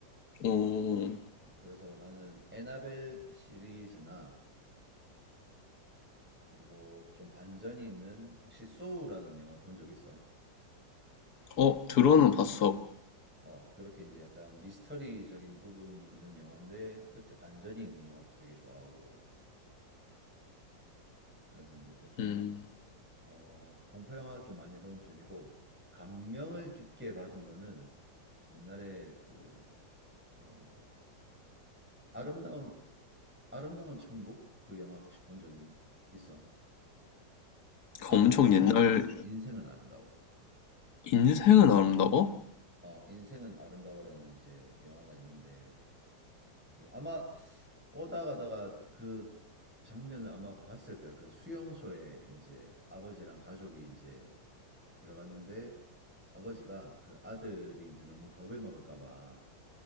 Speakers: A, on the left (about 60°); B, in the centre.
A: 오,
B: 그래서 나는 애나벨 시리즈나 그리고 좀 반전이 있는 혹시 소우라는 영화 본 적 있어?
A: 어, 들어는 봤어.
B: 어, 그렇게 이제 약간 미스터리적인 부분이 있는 영화인데 끝에 반전이 있는 영화도 되게 좋아하고. 그래서 이제 보통
A: 음,
B: 어, 공포 영화 좀 많이 보는 편이고 감명을 깊게 받은 거는 옛날에 그 어, 아름다운 아름다운 천국? 그 영화 혹시 본 적 있어?
A: 그
B: 아,
A: 엄청
B: 인생은
A: 옛날
B: 아름다워. 인생은 아름다워.
A: 인생은 아름다워?
B: 어, 인생은 아름다워라는 이제 영화가 있는데 그 아마 오다 가다가 그 장면을 아마 봤을 거야. 그 수용소에 이제 아버지랑 가족이 이제 들어갔는데 아버지가 그 아들이 이제 너무 겁을 먹을까 봐